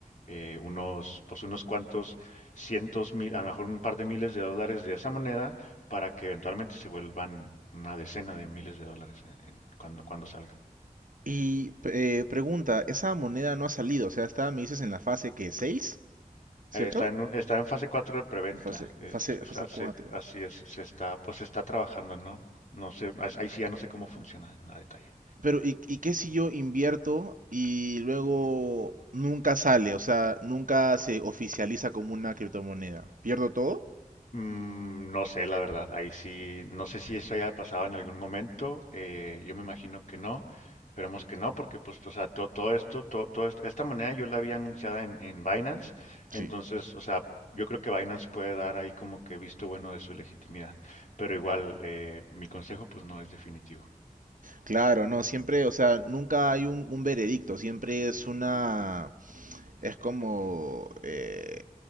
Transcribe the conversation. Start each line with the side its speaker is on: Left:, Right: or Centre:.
Left: eh, unos, pues, unos cuantos cientos mil, a lo mejor un par de miles de dólares de esa moneda, para que eventualmente se vuelvan una decena de miles de dólares en- en- cuando, cuando salga.
Right: Y eh, pregunta, esa moneda no ha salido, o sea, está, me dices, en la fase que seis ¿cierto?
Left: Eh, Está en, un- está en fase 4 de preventa.
Right: Fase,
Left: eh,
Right: fase,
Left: se- está-
Right: fase
Left: se-
Right: 4.
Left: así es, se está, pues se está trabajando, ¿no? No sé, ahí ahí sí ya no sé cómo funciona en a detalle.
Right: Pero, ¿y, y qué si yo invierto y luego nunca sale? O sea, nunca se oficializa como una criptomoneda. ¿Pierdo todo?
Left: Mm, no sé, la verdad. Ahí sí, no sé si eso haya pasado en algún momento. eh, yo me imagino que no. Esperemos que no, porque pues, o sea, to- todo esto, to- todo esto- esta moneda yo la había anunciada en, en Binance.
Right: Sí.
Left: Entonces, o sea, yo creo que Binance puede dar ahí como que visto bueno de su legitimidad. Pero igual, eh, mi consejo pues no es definitivo.
Right: Claro, no, siempre, o sea, nunca hay un, un veredicto, siempre es una, es como, eh,